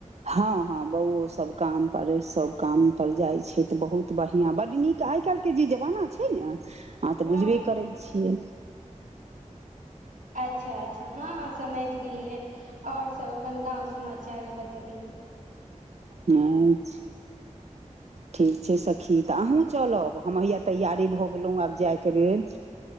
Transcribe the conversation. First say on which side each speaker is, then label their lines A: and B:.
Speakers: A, on the right (about 55°); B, on the right (about 80°).
A: हँ हँ बौओ सब काम पर सब काम पर जाय छै तऽ बहुत बढ़िया बड नीक आइ काल्हि के जे जमाना छै ने आहा तऽ
B: हँ
A: बुझबे करै छियै
B: अच्छा अच्छा हँ हँ समझ गेलिए आऔर सब अपन गाँंव समाचार बतबियौ
A: अच्छा ठीक छै सखी तऽ अहूँ चलब हम हैया तैयारे भऽ गेलहुँ आब जायके लेल